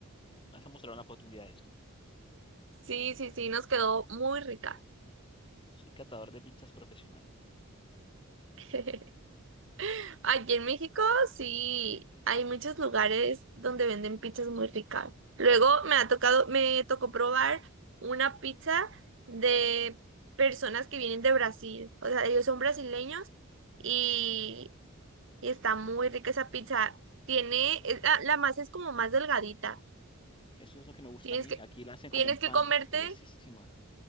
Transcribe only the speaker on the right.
Sí, sí, sí, nos quedó muy rica.
<laughs> Aquí en México sí hay muchos lugares donde venden pizzas muy ricas. Luego me ha tocado, me tocó probar una pizza de personas que vienen de Brasil. O sea, ellos son brasileños y, y está muy rica esa pizza. Tiene, es la, la masa es como más delgadita.
Tienes
que,
tienes
que comerte.